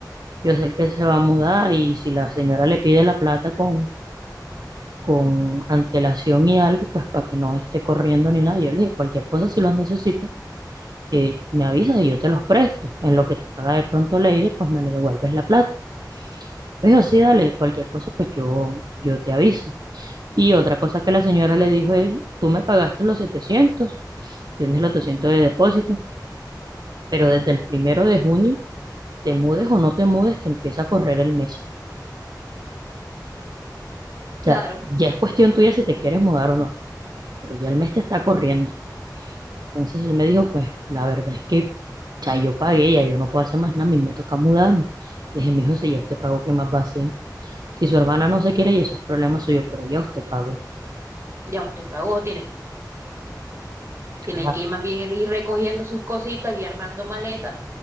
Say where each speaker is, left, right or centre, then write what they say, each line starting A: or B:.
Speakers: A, on the right; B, on the right.
A: yo sé que él se va a mudar y si la señora le pide la plata con, con antelación y algo, pues para que no esté corriendo ni nada, yo le dije cualquier cosa si los necesitas, eh, me avisas y yo te los presto. En lo que te paga de pronto Leider, pues me le devuelves la plata. Me dijo, sí, dale, cualquier cosa, pues yo, yo te aviso. Y otra cosa que la señora le dijo es, tú me pagaste los setecientos tienes los 200 de depósito. pero desde el primero de junio, te mudes o no te mudes, te empieza a correr el mes.
B: claro.
A: O sea, ya es cuestión tuya si te quieres mudar o no, pero ya el mes te está corriendo. Entonces él me dijo, pues la verdad es que ya yo pagué, ya yo no puedo hacer más nada, a mí me toca mudarme. Le dije, mijo, si ya usted pagó, ¿qué más va a hacer? Si su hermana no se quiere y eso es problema suyo, pero ya usted pagó.
B: Ya usted pagó, tiene, tiene
A: Ajá.
B: que ir más bien ir recogiendo sus cositas y armando maleta